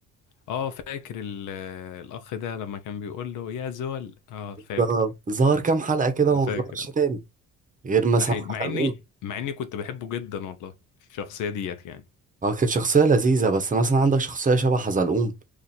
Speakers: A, on the left; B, on the right.
A: اه فاكر ال- الأخ ده لما كان بيقول له يا زول اه فاكر
B: ظهر ظهر كام حلقه كده وما
A: فاكر
B: ظهرش تاني غير مثلا
A: ده حقيقي مع
B: حلقه
A: اني مع اني كنت بحبه جدا والله الشخصية ديت يعني
B: اه كانت شخصية لذيذة بس مثلا عندك شخصية شبه حزلقوم